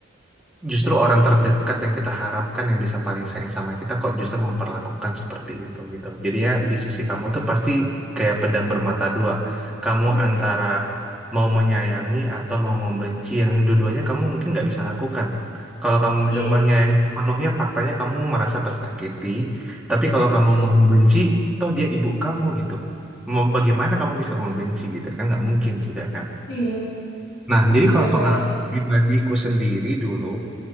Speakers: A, in the centre; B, on the left (about 75°).
A: justru orang terdekat yang kita harapkan yang bisa paling sayang sama kita kok justru memperlakukan seperti itu gitu. Jadinya di sisi kamu tuh pasti kayak pedang bermata dua. Kamu
B: Mm-mm.
A: antara mau menyayangi atau mau membenci yang dua-duanya kamu mungkin nggak bisa lakukan. Kalau kamu
B: Iya.
A: bisa menyayangi penuhnya faktanya kamu merasa tersakiti. Tapi
B: Mm-mm.
A: kalau kamu mau membenci, toh dia ibu kamu gitu. Mau- Bagaimana kamu bisa membenci gitu kan nggak mungkin juga kan.
B: Iya.
A: Nah,
B: Gimana
A: jadi kalau pengalaman
B: ya?
A: pribadiku sendiri dulu